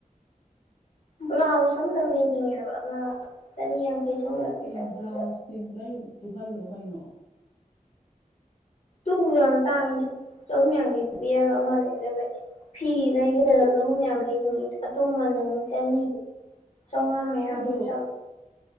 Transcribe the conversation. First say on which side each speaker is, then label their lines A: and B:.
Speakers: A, on the left (about 50°); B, on the left (about 70°).
A: ꯕ꯭ꯂꯥꯎꯁ ꯑꯇꯪ ꯂꯩꯅꯤꯡꯉꯦꯕ ꯑꯃ ꯆꯅꯤ ꯆꯍꯨꯝ ꯌꯥꯡꯈꯩꯗꯪ
B: ꯑꯦ
A: ꯄꯤꯕ
B: ꯕ꯭ꯂꯥꯎꯁꯇꯤ ꯂꯥꯏ ꯇꯨꯍꯜꯂꯣ ꯀꯩꯅꯣ
A: ꯇꯨꯕꯗ ꯌꯥꯝ ꯇꯥꯡꯏꯤꯅꯦ ꯆꯍꯨꯝ ꯌꯥꯡꯈꯩ ꯄꯤꯔꯒ ꯑꯃ ꯂꯩ ꯐꯤ ꯂꯩꯕꯗ ꯆꯍꯨꯝ ꯌꯥꯡꯈꯩ ꯀꯨ ꯑꯇꯣꯕꯅ ꯑꯃꯨꯛ ꯆꯅꯤ ꯆꯥꯝꯃꯉꯥ ꯃꯌꯥ
B: ꯑꯗꯣ
A: ꯑꯗꯨꯝ ꯆꯪꯉ